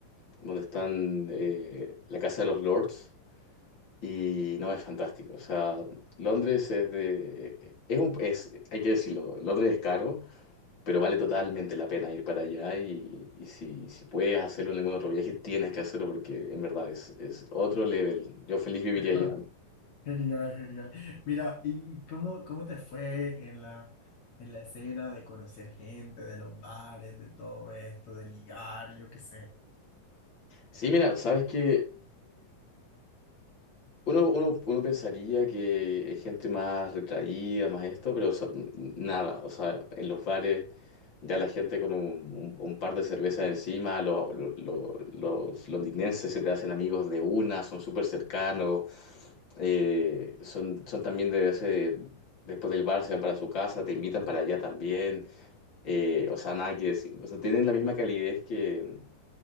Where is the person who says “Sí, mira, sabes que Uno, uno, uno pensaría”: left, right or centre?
Left